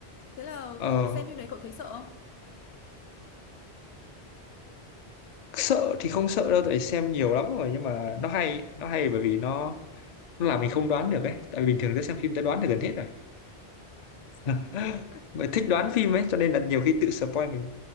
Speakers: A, on the left; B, on the left.
A: Thế là
B: ờ
A: cậu xem phim đấy cậu thấy sợ không?
B: sợ thì không sợ đâu tại xem nhiều lắm rồi nhưng mà nó hay nó hay bởi vì nó nó làm mình không đoán được ấy tại vì bình thường cứ xem phim ta đoán được gần hết rồi <laughs>
A: Ừ.
B: Bởi thích đoán phim ấy cho nên là nhiều khi tự spoil mình